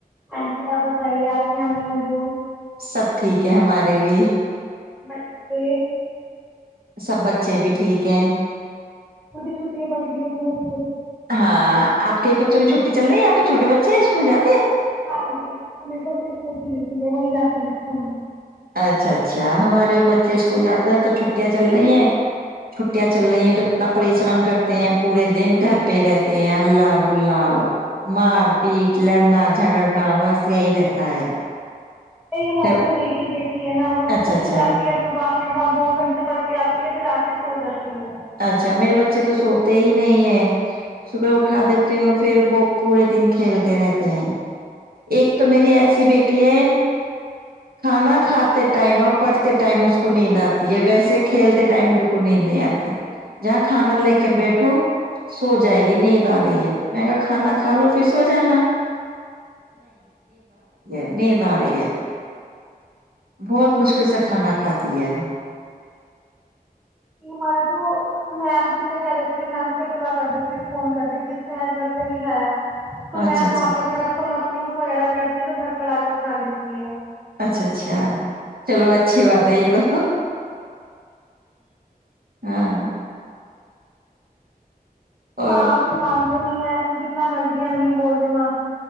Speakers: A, in the centre; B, on the right (about 70°).
A: ہاں جی آپ بتائیے آپ کی امی ابو
B: سب ٹھیک ہے ہمارے بھی
A: بچے
B: سب بچے بھی ٹھیک ہیں
A: مجھے چھٹٹی پڑ گئی ہوں گ بس
B: ہاں آ کے بچوں کی چھٹی چل رہی ہےپ کےھوے بچے ہیں اسکول جا
A: ہاں یہ میرے پاس سوتی دیتی ہے وہی جات پ
B: اچھا اچھا ہمارے ب بچے اسکولاتے
A: نہیں
B: ہیں ا تو چھٹیا چل رہی ہیں چھٹیاں چل رہی ہیں تو اتنا پریشان کرتے ہیں پورے دن گھر پہ رہتے ہیں ہلہ گلا مار پیٹ لڑنا جھگڑنا بس یہی رہتا ہے
A: یہ ہمالے
B: جب
A: تو ہے کہ بیٹ تی ہے نا وہ
B: اچھا
A: ٹیوشن
B: اچھا
A: جاتی ہے صبح پھر وہاں دو گھنٹے پڑ کے آتی ہے پھر آ کے سو جاتی ہے
B: اچھا میرے بچے تو سوتے ہی نہیں ہے صبح اٹھا دیتی ہوں پھر وہ پورے دن کھیلتے رہتے ہیں ایک تو میری ایسی بیٹی ہے کھانا کھاتے ٹائم اور پڑھتے ٹائم اس کو نیند آتی ہے ویسے کھیلتے ٹائم بالکل نیند نہیں آتی جہاں کھانا لے کے بیٹھو سو جائے گی نیند آ رہی ہے میں کہ کھانا کھا لو پھر سو جانا نہیں نہ رہ یہ بہت مشکل سے کھانا کھاتا پ ہے
A: ہمارے تو میم سے میں کہ دیتی ہوں میم کو اطلاع کر دیتی ہوں فون کر کے کہ اس نے آج گھر پ نہیں کھایا تو
B: اچھا
A: میم
B: اچھا
A: وہاں پہ تھوڑا اس م سروف وغیرہ کرتی ہے تو گھر پر آ کر کھا لیتی ہے
B: اچھا اچھا چلو اچھی بات ہے یہ تو ہاں اور
A: ماں سے م نہیں ہے جتنا مرضی امی بولتے من